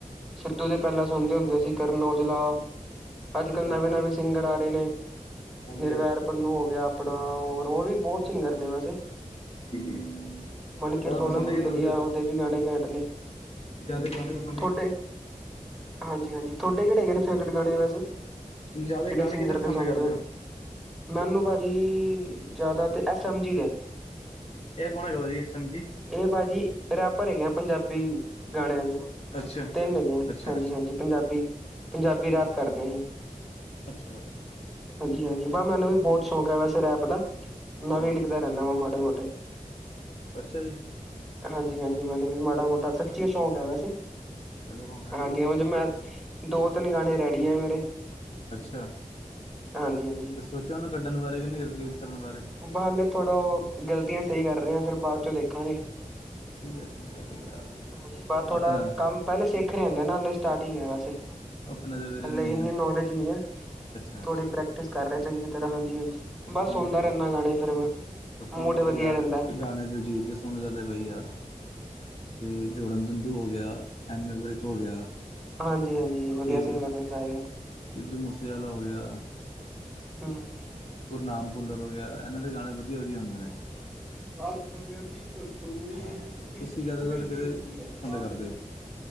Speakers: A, in the centre; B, on the left.
A: ਸਿੱਧੂ ਦੇ ਪਹਿਲਾਂ ਸੁਣਦੇ ਹੁੰਦੇ ਸੀ ਕਰਨ ਔਜਲਾ। ਅੱਜ
B: ਅੱਛਾ
A: ਕੱਲ੍ਹ ਨਵੇਂ, ਨਵੇਂ ਸਿੰਗਰ ਆ ਰਹੇ ਨੇ
B: ਹਾਂਜੀ
A: ਨਿਰਵੈਰ
B: ਹਾਂਜੀ
A: ਪਨੂੰ ਹੋ ਗਿਆ। ਆਪਣਾ ਹੋਰ ਓ ਵੀ ਬਹੁਤ ਸਿੰਗਰ ਨੇ ਵੈਸੇ
B: ਜੀ ਜੀ
A: ਮਨਕਿਰਤ
B: ਜ਼ਿਆਦਾ
A: ਔਲਖ
B: ਪਸੰਦ
A: ਵੀ
B: ਕਿਹਨੂੰ
A: ਵਧੀਆ
B: ਕਰਦੇ
A: ਉਹਦੇ
B: ਹੋ
A: ਵੀ ਗਾਣੇ ਘੈਂਟ ਨੇ।
B: ਜ਼ਿਆਦਾ, <unintelligible> ਕਿਆਦਾ
A: ਥੋਡੇ ਹਾਂਜੀ, ਹਾਂਜੀ ਥੋਡੇ ਕਿਹੜੇ ਹੈਗੇ ਨੇ ਫੇਵਰੇਟ ਗਾਣੇ ਵੈਸੇ?
B: ਹੋ ਜ਼ਿਆਦਾ
A: ਕਿਹੜੇ
B: ਗਾਣੇ
A: ਸਿੰਗਰ
B: ਕਿਤੇ ਪਸੰਦ
A: ਦੇ ਸੁਣਦੇ
B: ਕਰਦੇ
A: ਹੋ? ਮੈਨੂੰ ਭਾਜੀ ਜ਼ਿਆਦਾ ਤੇ ਐਸ ਐਮ ਜੀ ਦੇ।
B: ਇਹ ਕੋਣ ਹੇਗਾ ਵੀ ਐਸ ਐਮ ਜੀ?
A: ਇਹ ਭਾਜੀ ਰੈਪਰ ਹੈਗੇ ਆਂ ਪੰਜਾਬੀ ਗਾਣਿਆਂ ਦੇ
B: ਅੱਛਾ
A: ਤਿੰਨ ਹੈਗੇ ਆਂ
B: ਅੱਛਾ
A: ਹਾਂਜੀ,
B: ਅੱਛਾ
A: ਹਾਂਜੀ। ਪੰਜਾਬੀ, ਪੰਜਾਬੀ ਰੈਪ
B: ਅੱਛਾ
A: ਕਰਦੇ ਹੈ।
B: ਅੱਛਾ ਅੱਛਾ
A: ਹਾਂਜੀ, ਹਾਂਜੀ ਵ ਮੈਨੂੰ ਵੀ ਬਹੁਤ ਸ਼ੌਂਕ ਹੈ ਵੈਸੇ ਰੈਪ ਦਾ
B: ਅੱਛਾ
A: ਮੈਂ ਵੀ ਲਿਖਦਾ ਰਹਿੰਦਾ ਵਾ ਮਾੜੇ ਮੋਟੇ।
B: ਅੱਛਾ ਜੀ
A: ਹਾਂਜੀ, ਹਾਂਜੀ ਮੈਨੂੰ ਵੀ ਮਾੜਾ ਮੋਟਾ ਸੱਚੀ ਸ਼ੌਕ ਹੈ ਵੈਸੇ।
B: ਚਲੋ ਹੁਣ।
A: ਹਾਂਜੀ ਓੰਜ ਮੈਂ ਦੋ ਤਿੰਨ ਗਾਣੇ ਰੈਡੀ ਆ ਮੇਰੇ।
B: ਅੱਛਾ।
A: ਹਾਂਜੀ, ਹਾਂਜੀ
B: ਤੇ ਸੋਚਿਆ ਉਹਨੂੰ ਕੱਢਣ ਬਾਰੇ ਕਿ ਨਹੀਂ ਰਿਲੀਜ਼ ਕਰਨ ਬਾਰੇ।
A: ਬਹ ਹਾਲੇ ਥੋੜ੍ਹਾ ਉਹ ਗ਼ਲਤੀਆਂ ਸਹੀ ਕਰ ਰਹੇਆਂ ਫੇਰ ਬਾਅਦ ਚ ਦੇਖਾਂਗੇ।
B: ਠੀਕ ਹੈ ਠੀਕ ਹੈ ਠੀਕ
A: ਹਾਂਜੀ,
B: ਆ
A: ਬਸ ਥੋੜਾ
B: ਆਪਣਾ
A: ਕੰਮ ਪਹਿਲੇ ਸਿੱਖ ਰਹੇ ਹੁੰਦੈ ਨਾ ਹਲੇ ਸਟਾਰਟਿੰਗ ਹੈ ਵੈਸੇ।
B: ਆਪਣੇ ਦੇ ਵੀਰੇ
A: ਹਲੇ
B: ਮੇਨ
A: ਇੰਨੀ ਨੌਲੇਜ ਨਹੀਂ ਹੈ
B: ਅੱਛਾ
A: ਥੋੜੀ
B: ਅੱਛਾ
A: ਪ੍ਰੈਕ ਟਿਸ ਕਰ ਰਿਹਾ ਚੰਗੀ ਤਰ੍ਹਾਂ ਹਾਂਜੀ, ਹਾਂਜੀ
B: ਆਪਾਂ
A: ਬਸ ਸੁੁਣਦਾ
B: ਨੂੰ
A: ਰਹਿੰਦਾ ਗਾਣੇ ਫਿਰ ਮੈਂ
B: ਆਪਾਂ
A: ਮੂਡ
B: ਨੂੰ
A: ਵਧੀਆ
B: ਤਾਂ ਯਾਰ
A: ਰਹਿੰਦਾ।
B: ਗਾਣੇ <unintelligible> ਸੁਣ ਸਕਦੇ ਬਾਈ ਯਾਰ ਅਤੇ ਜੋੜਨ ਸੰਧੂ ਹੋ ਗਿਆ। ਐਮ ਏ ਵਿਰਕ ਹੋ ਗਿਆ
A: ਹਾਂਜੀ, ਹਾਂਜੀ ਵਧੀਆ
B: ਠੀਕ
A: ਸਿੰਗਰ
B: ਹੈ
A: ਨੇ ਸਾਰੇ ਐ।
B: ਸਿੱਧੂ ਮੂਸੇਵਾਲਾ ਹੋ ਗਿਆ।
A: ਹੂੰ
B: ਗੁਰਨਾਮ ਭੁੱਲਰ ਹੋ ਗਿਆ ਇਹਨਾਂ ਦੇ ਗਾਣੇ ਵਧੀਆ ਵਧੀਆ ਹੁੰਦੇ ਨੇ।
A: ਸਾਤਸੰਗਤ ਦੀ ਕਸਤੂਰੀ
B: ਹਾਂ
A: ਦੀ
B: ਤੁਸੀਂ
A: ਖੁਸ਼ਬੂ
B: ਜ਼ਿਆਦਾਤਰ
A: ਏਨੀ
B: ਕਿਹਦੇ
A: <unintelligible> ਹਈ ਹੈ
B: ਪਸੰਦ
A: ਦ
B: ਕਰਦੇ ਹੋ